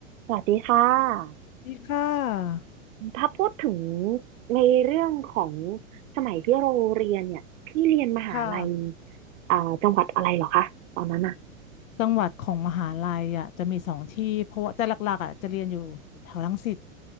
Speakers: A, on the right; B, on the left.
A: สวัสดีค่ะ
B: ดีค่ะ
A: ถ้าพูดถึงในเรื่องของสมัยที่เราเรียนเนี่ยพี่เรียนมหาลัย
B: ค่ะ
A: อ่าจังหวัดอะไรเหรอคะตอนนั้นอะ
B: จังหวัดของมหาลัยอ่ะจะมีสองที่ เพราะว่าแต่หลักๆอ่ะจะเรียนอยู่แถวรังสิต